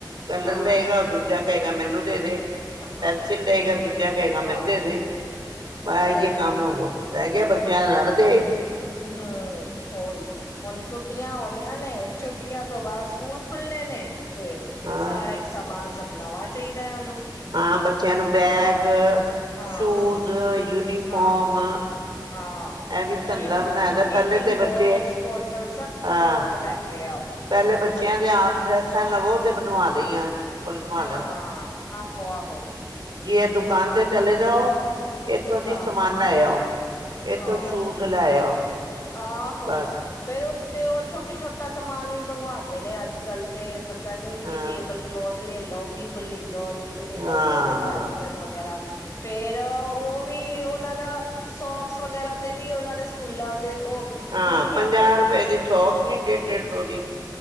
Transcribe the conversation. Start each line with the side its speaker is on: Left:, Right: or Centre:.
Right: ਕੱਲਰ
Left: ਹਾਂ
Right: ਲਏਗਾ ਦੂ ਜਾਂ ਕਹੇਗਾ ਮੈਨੂੰ ਦੇ ਦੇ
Left: ਹਾਂ
Right: ਪੈਨਸਿਲ ਲਏਗਾ ਦੂਜਾ ਕਹੇਗਾ
Left: ਹਾਂ
Right: ਮੈਨੂੰ ਦੇ ਦੇ
Left: ਉਹ
Right: ਬਸ ਇਹੀਓ
Left: ਤੇ ਹੈ
Right: ਕੰਮ ਹੋਣ ਦੋ। ਰਹਿ ਗਿਆ ਬੱਚਿਆਂ ਲੜਦੇ
Left: ਹੂੰ ਓਹੀ ਹੁਣ ਛੁੱਟੀਆਂ ਆਉਣੀਆਂ ਨੇ ਛੁੱਟੀਆਂ ਤੋਂ ਬਾਅਦ ਸਕੂਲ ਖੁੱਲਣੇ ਨੇ ਤੇ
Right: ਹਾਂ
Left: ਸਾਰੇ ਇੱਕ ਸਮਾਨ ਸਭ ਨਵਾਂ ਚਾਹੀਦਾ ਹੈ ਉਹਨੂੰ
Right: ਹਾਂ, ਬੱਚਿਆਂ ਨੂੰ ਬੈਗ
Left: ਹਾਂ ਹਾਂ
Right: ਸੂਜ਼ ਯੂਨੀਫੋਮ
Left: ਹਾਂ ਹਾਂ,
Right: ਇਹ ਵੀ
Left: ਓਹੀ
Right: ਧੰਦਾ
Left: ਨਾ
Right: ਬਣਾਇਆ ਦਾ
Left: ਟਿਫਿਨ
Right: ਪਹਿਲੇ ਤੇ ਬੱਚੇ
Left: ਬੋਕਸ, ਬੋਟਲ ਸਭ ਕੁਛ
Right: ਹਾਂ
Left: ਨਵਾਂ ਲੈ ਕੇ ਆਓ
Right: ਪਹਿਲੇ ਬੱਚਿਆਂ
Left: ਹੋਰ
Right: ਦੇ ਆਪ ਡਰੈੱਸਾਂ ਲਵੋ ਤੇ ਬਣਵਾ ਲਈਆਂ ਬਣਵਾ
Left: ਹਾਂ ਆਹੋ ਆਹੋ
Right: ਜੀ ਇਹ ਦੁਕਾਨ ਤੇ ਚਲੇ ਜਾਓ। ਇੱਥੋਂ ਜੀ
Left: ਆਹ
Right: ਸਮਾਨ ਲੈ ਆਓ। ਇਥੋਂ
Left: ਹਾਂ
Right: ਸ਼ੂਜ ਲੈ ਆਓ।
Left: ਆਹੋ
Right: ਬਸ
Left: ਫੇਰ, ਤੇ ਉਹ ਛੋਟੀ ਛੋਟਾ ਸਮਾਨ ਵੀ ਮੰਗਵਾਂਦੇ ਨੇ ਅੱਜ ਕੱਲ ਤੇ ਪਤਾ ਨੀ ਕਿ
Right: ਹਾਂ
Left: ਟੇਬਲ ਕਲੋਥ ਲੋ ਬੀ ਬਲੀ ਲੋਈ ਇਹ ਲੈ ਲਓ
Right: ਹਾਂ
Left: ਉਹ ਲੈ ਲਓ ਐਪਰਨ ਵਗੈਰਾ ਫੇਰ ਉਹ ਵੀ ਉਹਨਾਂ ਦਾ ਸੋਕਸ ਵਗੈਰਾ ਤੇ ਵੀ ਉਹਨਾਂ ਦੇ ਸਕੂਲਾਂ ਦੇ ਉਹ
Right: ਹਾਂ
Left: ਲਿਖੇ
Right: ਪੰਜਾਹ
Left: ਹੁੰਦੇ ਨੇ
Right: ਰੁਪਏ ਦੀ ਸੌਫ ਨੀ ਡੇਢ ਡੇਢ ਵੀ